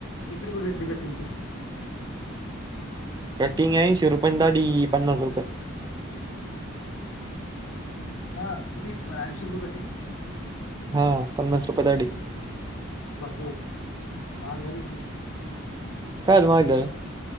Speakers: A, on the left (about 85°); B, on the right (about 20°).
A: कित बघेतले का तिचे
B: कटिंग आहेऐशीे रुपयं दाडी पन्नास रुपये
A: हा किती ऐंशी रुपये कटिंग
B: हा पन्नास रुपये दाडी
A: बापू माझ झालीी
B: कायल मागार